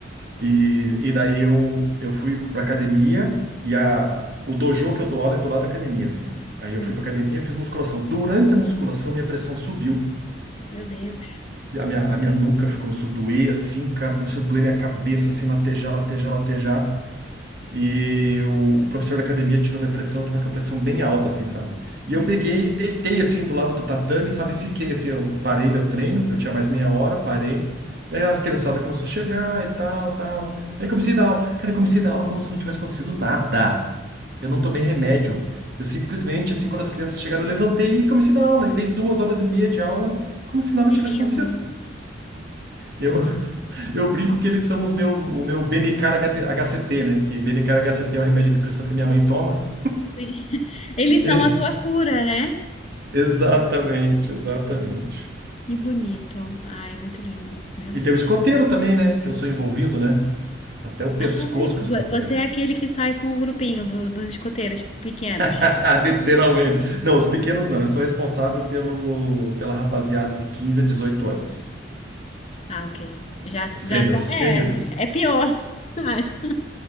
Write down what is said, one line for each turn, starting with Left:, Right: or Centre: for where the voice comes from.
Right: E, e daí eu, eu fui para academia e a, o dojo que eu dou aula é do lado da academia, assim, né? Aí eu
Left: Uhum.
Right: fui para academia, e fiz musculação. Durante a musculação, minha pressão subiu.
Left: Meu Deus.
Right: E A minha, a minha nuca fi- começou a doer, assim, cara, começou a doer minha cabeça, assim, latejar, latejar, latejar. E o professor da academia tirou minha pressão, eu tava com a pressão bem alta, assim, sabe? E
Left: Uhum.
Right: eu peguei, e deitei, assim, do lado do tatame, sabe? Fiquei, assim, eu parei meu treino, eu tinha mais meia hora, parei. Daí a criançada começou a chegar e tal, tal. Aí comecei a dar aula. Cara, eu comecei a dar aula como se não tivesse acontecido nada. Eu não tomei remédio. Eu simplesmente, assim, quando as crianças chegaram, eu levantei e comecei a dar aula. E dei duas horas e meia de aula, como se nada
Left: Que
Right: tivesse
Left: lindo.
Right: acontecido. Eu, <laughs> eu brinco que eles são os meu, o meu Benicar HCT, né? Que Benicar HCT é o remédio de depressão que minha mãe toma.
Left: <laughs> Eles
Right: <laughs>
Left: são a tua cura, né?
Right: Exatamente, exatamente.
Left: Que bonito. Ai, muito lindo. Meu Deus.
Right: E tem o escoteiro também, né? Que eu sou envolvido, né? Até o pescoço
Left: Ai,
Right: com o
Left: vo-
Right: escoteiro.
Left: você é aquele que sai com o grupinho do- dos escoteiros pequenos.
Right: <laughs> Literalmente. Não, os pequenos não. Eu sou responsável pelo, pela rapaziada de 15 a 18 anos.
Left: Ah, ok. Já,
Right: Os
Left: já
Right: sêniores.
Left: tá. É,
Right: Sêniores.
Left: é pior, <laughs> acho.